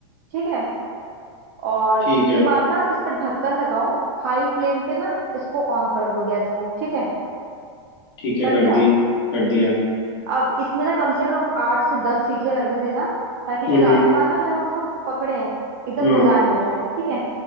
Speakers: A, on the right; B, on the left.
A: ठीक है और
B: ठीक
A: इसके
B: है
A: बाद ना आप इस पर ढक्कन लगाओ हाई फ्लेम पे ना इसको ऑन कर दो गैस को ठीक है
B: ठीक है
A: कर
B: कर
A: दिया
B: दी कर दिया
A: अब इसमें ना कम से कम आठ से दस सीटियां लगने देना ताकि जो
B: हम्म
A: राजमा
B: हम्म
A: है ना जब हम उसको पकड़े हैं, एकदम
B: हाँ
A: मुलायम हो जाए ठीक है